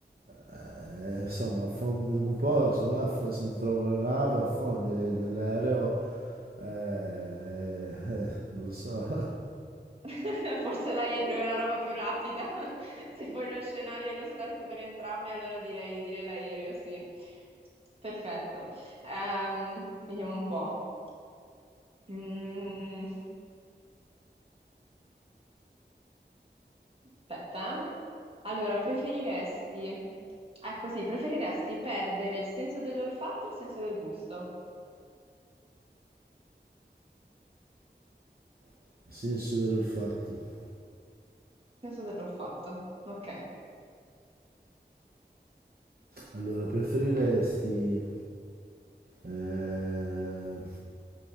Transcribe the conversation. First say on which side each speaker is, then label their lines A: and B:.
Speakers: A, on the right; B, on the right.
A: Eh, insomma, affondi, dopo un po', insomma, aff- se non ti trovo una nave, affondi eh, dall'aereo, eh, eh, non lo so,
B: <laughs> Forse l'aereo è una roba più rapida. <laughs> Se poi lo scenario è lo stesso per entrambi, allora direi, direi l'aereo, sì. Perfetto. Ehm, vediamo un po'. Mm. Aspetta, eh. Allora, preferiresti... Ecco sì, preferiresti perdere il senso dell'olfatto o il senso del gusto?
A: <laughs> il senso dell'olfatto.
B: Il senso dell'olfatto, ok.
A: Allora, preferiresti eh,